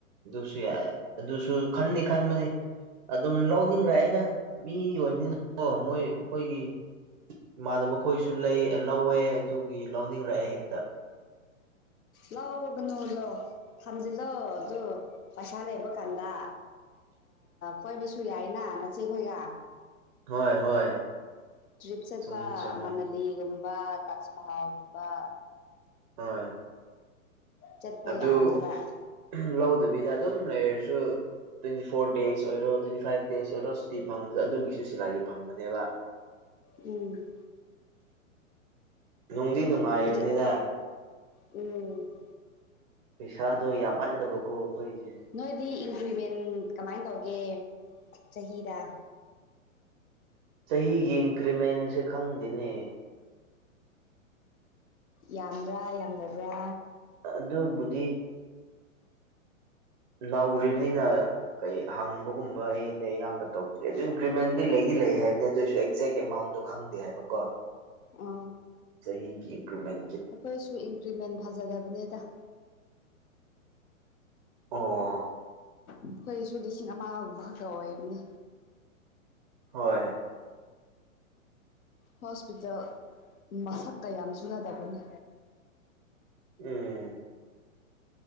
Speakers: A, on the right; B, on the left.
A: ꯗꯨꯁꯨ ꯌꯥꯏ ꯑꯗꯨꯁꯨ ꯈꯟꯗꯤ ꯈꯟꯕꯅꯤ ꯑꯗꯨꯝ ꯂꯧꯅꯤꯡꯔꯛꯑꯦꯗ ꯃꯤ ꯑꯣꯏꯕꯅꯤ ꯅꯀꯣ ꯃꯣꯏ ꯑꯈꯣꯏꯒꯤ ꯏꯃꯥꯟꯅꯕ ꯈꯣꯏꯁꯨ ꯂꯩ ꯂꯧꯋꯦ ꯑꯗꯨꯒꯤ ꯂꯧꯅꯤꯡꯔꯛꯑꯦ ꯍꯦꯛꯇ
B: ꯂꯩꯒꯅꯨ ꯂ ꯊꯝꯖꯤꯜꯂꯣ ꯖꯨ ꯄꯩꯁꯥ ꯂꯩꯕ ꯀꯥꯟꯗ ꯀꯣꯏꯕꯁꯨ ꯌꯥꯏꯅ ꯅꯆꯦꯈꯣꯏꯒ
A: ꯍꯣꯏ ꯍꯣꯏ
B: ꯇ꯭ꯔꯤꯞ ꯆꯠꯄ
A: ꯆꯨꯝꯃꯤ ꯆꯨꯝꯃꯤ
B: ꯃꯅꯂꯤꯒꯨꯝꯕ ꯇꯥꯖ ꯃꯍꯜꯒꯨꯝꯕ
A: ꯍꯣꯏ
B: ꯆꯠꯄ
A: ꯑꯗꯨ
B: ꯌꯥꯅꯤꯕ
A: ꯎꯝꯍ ꯂꯧꯗꯕꯤꯗ ꯑꯗꯨꯝ ꯂꯩꯔꯁꯨ ꯇ꯭ꯋꯦꯟꯇꯤ ꯐꯣꯔ ꯗꯦꯖ ꯑꯣꯏꯔꯣ ꯇ꯭ꯋꯦꯟꯇꯤ ꯐꯥꯏꯚ ꯗꯦꯖ ꯑꯣꯏꯔꯣ ꯁꯨꯇꯤ ꯐꯪꯕꯗ ꯑꯗꯨꯒꯤꯁꯨ ꯁꯦꯂꯥꯔꯤ ꯐꯪꯕꯅꯦꯕ
B: ꯎꯝ
A: ꯅꯨꯡꯗꯤ ꯅꯨꯡꯉꯥꯏꯔꯤꯕꯅꯤꯅ
B: ꯀꯔꯤ ꯎꯝ
A: ꯄꯩꯁꯥꯗꯣ ꯌꯥꯝꯃꯟꯗꯕꯀꯣ ꯑꯈꯣꯏꯒꯤꯁꯦ
B: ꯅꯣꯏꯗꯤ ꯏꯟꯀ꯭ꯔꯤꯃꯦꯟ ꯀꯃꯥꯏꯅ ꯇꯧꯒꯦ ꯆꯍꯤꯗ
A: ꯆꯍꯤꯒꯤ ꯏꯟꯀ꯭ꯔꯤꯃꯦꯟꯁꯦ ꯈꯪꯗꯦꯅꯦ
B: ꯌꯥꯝꯕ꯭ꯔꯥ ꯌꯥꯝꯗꯕ꯭ꯔꯥ
A: ꯑꯑꯗꯨꯕꯨꯗꯤ ꯅꯧꯔꯤꯕꯅꯤꯅ ꯀꯩ ꯍꯪꯕꯒꯨꯝꯕ ꯑꯩꯁꯦ ꯑꯌꯥꯝꯕ ꯇꯧꯗ꯭ꯔꯤꯦ ꯑꯗꯨ ꯏꯟꯀ꯭ꯔꯤꯃꯦꯟꯗꯤ ꯂꯩꯗꯤ ꯂꯩ ꯍꯥꯏꯕꯅꯤ ꯑꯗꯨꯑꯣꯏꯁꯨ ꯑꯦꯛꯖꯦꯛ ꯑꯦꯃꯥꯎꯟꯗꯣ ꯈꯪꯗꯦ ꯍꯥꯏꯕꯀꯣ
B: ꯑꯣ
A: ꯆꯍꯤꯒꯤ ꯏꯟꯀ꯭ꯔꯨꯃꯦꯟ
B: ꯑꯩꯈꯣꯏꯁꯨ ꯏꯟꯀ꯭ꯔꯤꯃꯦꯟ ꯐꯖꯗꯕꯅꯦꯗ
A: ꯑꯥ
B: ꯑꯩꯈꯣꯏꯁꯨ ꯂꯤꯁꯤꯡ ꯑꯃꯒꯨꯝꯈꯛꯀ ꯑꯣꯏꯔꯅꯤ
A: ꯍꯣꯏ
B: ꯍꯣꯁꯄꯤꯇꯥꯜ ꯃꯁꯛꯀꯌꯥꯝ ꯆꯨꯅꯗꯕꯅꯤ
A: ꯎꯝ